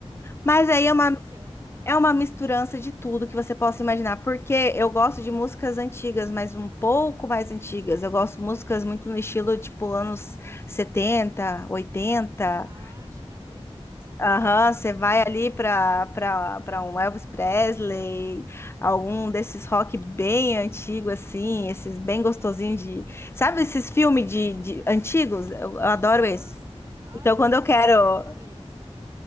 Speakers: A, on the right (about 30°); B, on the left (about 25°).
A: Ai,
B: Mas
A: que
B: aí
A: delícia.
B: é uma É uma misturança de tudo que você possa imaginar, porque eu gosto de músicas antigas, mas um pouco mais antigas. Eu gosto de músicas muito no estilo tipo anos 70, 80.
A: Acha, não acredito.
B: Aham, você vai ali para para para um Elvis Presley, algum desses rock bem antigo assim, esses bem gostosinhos de, sabe esses filmes de, de antigos? Eu, eu adoro
A: Aham.
B: esses.
A: Nossa,
B: Então quando
A: meu
B: eu
A: namorado
B: quero,
A: adora isso.